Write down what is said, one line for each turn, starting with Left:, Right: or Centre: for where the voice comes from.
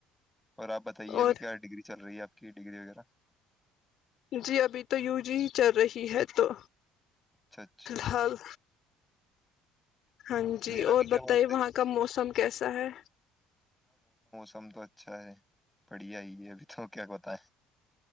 Centre: اور آپ بتائیے ابھی
Left: اور
Centre: کیا ڈگری چل رہی ہے آپ کی ڈگری وغیرہ
Left: جی ابھی تو یو جی ہی چل رہی کی ہے تو
Centre: اچھا اچھا
Left: فی الحال ہاں جی
Centre: میرا
Left: اور
Centre: بھی کیا
Left: بتائیے
Centre: بولتے
Left: وہاں کا موسم کیسا ہے
Centre: کم تو اچھا ہے بڑھیا ہی ہے ابھی تو کیا کہتا ہے